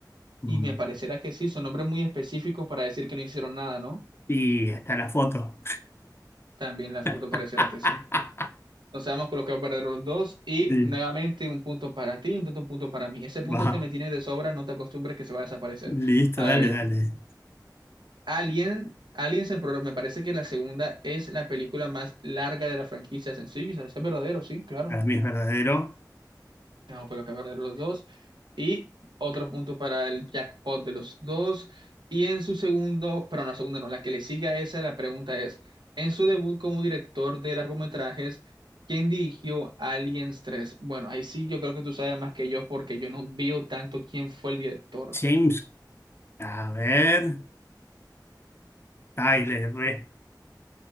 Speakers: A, on the left; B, on the right.
A: Mm.
B: Y me parecerá que sí, son nombres muy específicos para decir que no hicieron nada, ¿no?
A: Y está la foto.
B: También la foto
A: <laughs>
B: parecerá que sí. Entonces vamos a colocar para los dos y
A: Sí,
B: nuevamente un punto para ti y un tanto un punto para mí. Ese
A: vamos.
B: punto que me tienes de sobra, no te acostumbres que se va a desaparecer.
A: Listo,
B: A
A: dale,
B: ver,
A: dale.
B: Alien, Aliens en Progreso, me parece que la segunda es la película más larga de la franquicia. Sencillo, eso es verdadero, sí, claro.
A: Para mí es verdadero.
B: Vamos a colocar verdadero los dos. Y otro punto para el jackpot de los dos. Y en su segundo, pero no, la segunda no, la que le sigue a esa, la pregunta es, en su debut como director de largometrajes, ¿quién dirigió Aliens 3? Bueno, ahí sí yo creo que tú sabes más que yo porque yo no veo tanto quién fue el director.
A: James, a ver, ay, le erré.